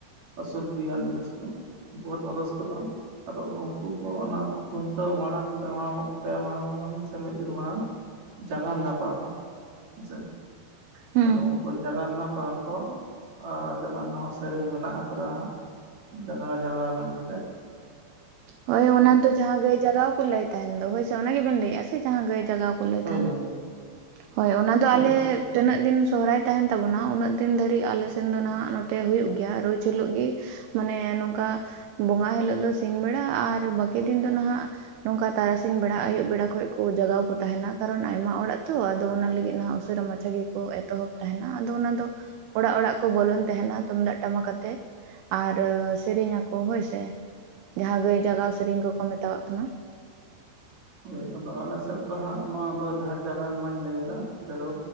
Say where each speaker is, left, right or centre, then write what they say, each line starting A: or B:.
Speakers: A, on the right; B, on the right.
A: ᱟᱹᱥᱩᱞ ᱡᱤᱣᱤᱭᱟᱱ ᱡᱤᱱᱤᱥ ᱠᱚ ᱩᱱᱠᱩ ᱦᱚᱛᱮ ᱵᱚ ᱨᱟᱹᱥᱠᱟᱹᱜ-ᱟ᱾ ᱟᱫᱚ ᱩᱱᱠᱩ ᱠᱚ ᱚᱱᱟ ᱠᱷᱩᱱᱴᱟᱹᱣ ᱢᱟᱲᱟᱝ ᱯᱮ ᱢᱟᱦᱟ ᱢᱟᱹᱜ ᱯᱮ ᱢᱟᱦᱟ ᱢᱟᱲᱟᱝ ᱥᱮ ᱢᱤᱫ ᱫᱤᱱ ᱢᱟᱲᱟᱝ ᱡᱟᱜᱟᱱᱟ ᱠᱚᱣᱟ ᱠᱚ ᱦᱮᱸ ᱥᱮ
B: ᱦᱩᱸ
A: ᱟᱫᱚ ᱩᱱᱠᱩ ᱡᱟᱜᱟᱱᱟ ᱠᱚᱣᱟ ᱠᱚ ᱟᱨ ᱡᱟᱜᱟᱱᱟ ᱦᱚᱸ ᱥᱮᱨᱮᱧ ᱢᱮᱱᱟᱜ ᱟᱠᱟᱫᱟ ᱦᱟᱸᱜ ᱡᱟᱜᱟ ᱡᱟᱜᱟ ᱢᱮᱱ ᱠᱟᱛᱮᱫ᱾
B: ᱦᱳᱭ ᱚᱱᱟ ᱫᱚ ᱡᱟᱦᱟᱸ ᱜᱟᱹᱭ ᱡᱟᱜᱟᱣ ᱠᱚ ᱞᱟᱹᱭ ᱛᱟᱦᱮᱱ ᱫᱚ ᱦᱳᱭ ᱥᱮ ᱚᱱᱟ ᱜᱮ ᱵᱮᱱ ᱞᱟᱹᱭᱮᱜ-ᱟ ᱥᱮ ᱡᱟᱦᱟᱸ ᱜᱟᱹᱭ ᱡᱟᱜᱟᱣ
A: ᱦᱳᱭ
B: ᱛᱟᱦᱮᱱᱟ
A: ᱦᱳᱭ
B: ᱦᱳᱭ ᱚᱱᱟ ᱫᱚ
A: ᱦᱳᱭ
B: ᱟᱞᱮ ᱛᱤᱱᱟᱹᱜ ᱫᱤᱱ ᱥᱚᱦᱚᱨᱟᱭ ᱛᱟᱦᱮᱱ ᱛᱟᱵᱚᱱᱟ ᱩᱱᱟᱹᱜ ᱫᱤᱱ ᱫᱷᱟᱹᱨᱤᱜ ᱟᱞᱮᱮᱥᱱ ᱫᱚ ᱱᱟᱦᱟᱜ ᱱᱚᱛᱮ ᱦ ᱦᱩᱭᱩᱜᱭᱳᱜ ᱜᱮᱭᱟ ᱨᱳᱡ ᱦᱤᱞᱳᱜ ᱜᱮ ᱢᱟᱱᱮ ᱱᱚᱝᱠᱟ ᱵᱚᱸᱜᱟ ᱦᱤᱞᱳᱜ ᱫᱚ ᱥᱤᱧ ᱵᱮᱲᱟ ᱟᱨ ᱵᱟᱹᱠᱤ ᱫᱤᱱ ᱫᱚ ᱱᱟᱦᱟᱜ ᱱᱚᱝᱠᱟ ᱛᱟᱨᱟᱥᱤᱧ ᱵᱮᱲᱟ ᱟᱭᱭᱩᱵ ᱵᱮᱲᱟ ᱠᱷᱚᱱ ᱠᱚ ᱡᱟᱜᱟᱣ ᱠᱚ ᱛᱟᱦᱮᱱᱟ ᱠᱟᱨᱚᱱ ᱟᱭᱢᱟ ᱚᱲᱟᱜ ᱛᱚ ᱟᱫᱚ ᱚᱱᱟ ᱞᱟᱹᱜᱤᱫ ᱩᱥᱟᱹᱨᱟ ᱢ ᱢᱟᱪᱷᱟ ᱜᱮᱠᱚ ᱮᱛᱚᱦᱚᱵ ᱛᱟᱦᱮᱱᱟ ᱟᱫᱚ ᱚᱱᱟ ᱫᱚ ᱚᱲᱟᱜ ᱚᱲᱟᱜ ᱠᱚ ᱵᱚᱞᱚᱱ ᱛᱟᱦᱮᱱᱟ ᱛᱩᱢᱫᱟᱜ ᱴᱟᱢᱟᱠᱛᱮ ᱾ ᱟᱨ ᱥᱮᱨᱮᱧ ᱟᱠᱚ ᱦᱳᱭᱥᱮ ᱡᱟᱦᱟ ᱜᱟᱹᱭ ᱡᱟᱜᱟᱣ ᱥᱮᱨᱮᱧ ᱠᱚᱠᱚ ᱢᱮᱛᱟᱣᱟᱜ ᱠᱟᱱᱟ ᱾
A: ᱦᱳᱤ ᱟᱫᱚ ᱟᱞᱮ ᱥᱮᱫ ᱫᱚ ᱦᱟᱸᱜ ᱱᱚᱣᱟ ᱫᱚ ᱡᱟᱦᱟᱸ ᱡᱟᱜᱟᱣ ᱱᱚᱣᱟᱧ ᱞᱟᱹᱭᱮᱫᱟ ᱡᱟᱜᱟᱣ